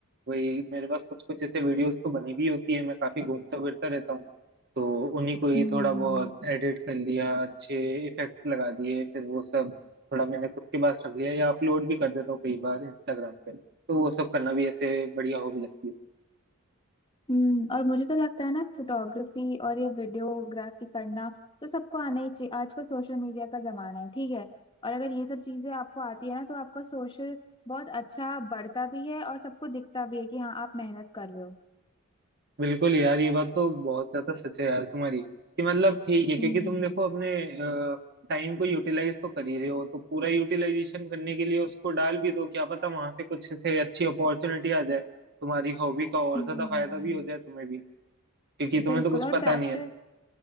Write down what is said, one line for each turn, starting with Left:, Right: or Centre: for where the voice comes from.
Right: वही मेरे पास कुछ कुछ ऐसे वीडियोस तो बनी भी होती है मैं काफी घूमता फिरता रहता हूँ तो उन्हीं को ही
Left: हम्म
Right: थोड़ा बहुत एडिट कर लिया अच्छे इफेक्ट्स लगा दिए फिर वो सब थोड़ा मैंने खुद के पास रख लिया या अपलोड भी कर देता हूँ कई बार इंस्टाग्राम पे तो वो सब करना भी ऐसे बढ़िया हॉबी लगती है
Left: हम्म और मुझे तो लगता है ना फोटोग्राफी और ये वीडियोग्राफी करना तो सबको आना ही चाहिए आजकल सोशल मीडिया का जमाना है ठीक है और अगर ये सब चीजें आपको आती है ना तो आपका सोशल बहुत अच्छा बढ़ता भी है और सबको दिखता भी है कि हाँ आप मेहनत कर रहे हो
Right: बिल्कुल यार ये बात तो बहुत ज्यादा सच है यार तुम्हारी कि मतलब ठीक है क्योंकि
Left: हम्म
Right: तुम देखो अपने टाइम को यूटिलाइज तो कर ही रहे हो तो पूरा यूटिलाइजेशन करने के लिए उसको डाल भी दो क्या पता वहां से कुछ से अच्छी अपॉर्चुनिटी आ जाए तुम्हारी हॉबी का और
Left: हम्म
Right: ज्यादा फायदा भी हो जाए तुम्हें भी क्योंकि तुम्हें
Left: बिल्कुल
Right: तो कुछ
Left: और
Right: पता
Left: प्रैक्टिस
Right: नहीं है ना